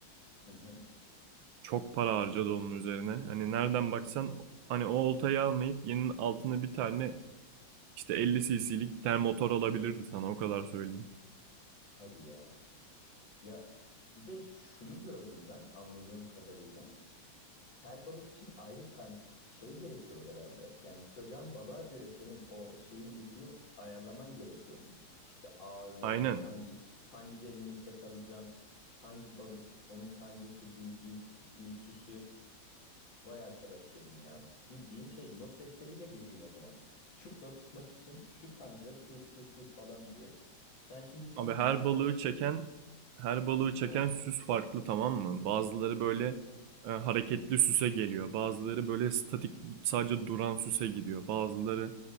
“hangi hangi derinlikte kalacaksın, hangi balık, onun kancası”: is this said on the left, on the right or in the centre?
Left